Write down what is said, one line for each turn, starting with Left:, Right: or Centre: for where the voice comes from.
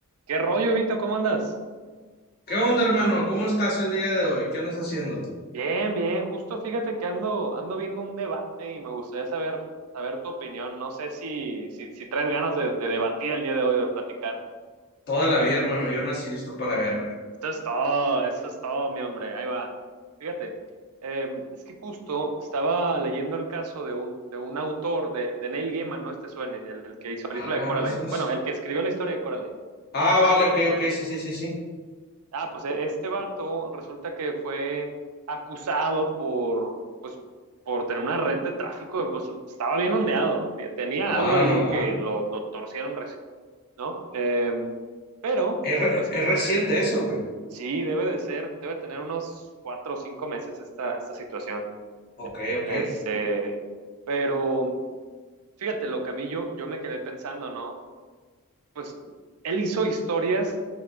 Right: ¿Qué rollo, Vito? ¿Cómo andas?
Left: ¿Qué onda, hermano? ¿Cómo estás el día de hoy? ¿Qué andas haciendo?
Right: Bien, bien. Justo fíjate que ando, ando viendo un debate y me gustaría saber, saber tu opinión. No sé si, si, si traes ganas de, de debatir el día de hoy o de platicar.
Left: Toda la vida, hermano. Yo nací listo para la guerra.
Right: Esto es todo, eso es todo, mi hombre. Ahí va. Fíjate, eh, es que justo estaba leyendo el caso de un, de un autor de, de Neil Gaiman, ¿no? Este suene, el, el que hizo la película
Left: Ah,
Right: de Coraline.
Left: eso es-
Right: Bueno, el que escribió la historia de Coraline.
Left: Ah, vale, ok, ok, sí, sí, sí, sí.
Right: Ah, pues e- este vato resulta que fue acusado por, pues, por tener una red de tráfico, pues estaba bien ondeado, eh, tenía
Left: Ah,
Right: algo ahí
Left: no mames.
Right: que lo, lo torcieron recién, ¿no? Eh, pero,
Left: Es, re-
Right: pues
Left: es reciente eso, güey.
Right: sí, debe de ser, debe tener unos cuatro o cinco meses esta, esta situación.
Left: Ok, ok,
Right: Este, pero fíjate lo que a mí yo, yo me quedé pensando, ¿no? Pues él hizo historias